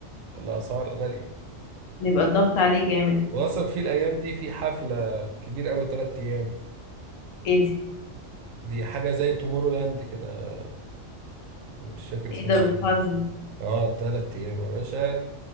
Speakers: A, on the right; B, on the left.
A: الاسعار غالية
B: بيبقى الضغط عليه جامد
A: واصلا في الايام دي في حفلة كبيرة قوي تلات ايام
B: ايه دي
A: دي حاجة زي تومورو لاند كده مش فاكر اسمها
B: ايه ده بتهزر
A: ايه اه تلات ايام يا باشا